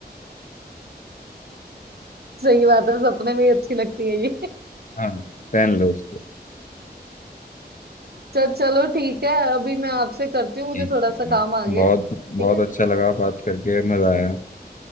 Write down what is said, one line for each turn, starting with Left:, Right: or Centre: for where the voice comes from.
Right: सही बात है सपने में ही अच्छी लगती है ये
Left: हाँ पहन लो उसको
Right: चल चलो ठीक है अभी मैं आपसे करती हूँ मुझे
Left: ठीक
Right: थोड़ा सा
Left: है
Right: काम आ गया
Left: बहुत
Right: ठीक
Left: बहुत
Right: है
Left: अच्छा लगा बात करके मजा आया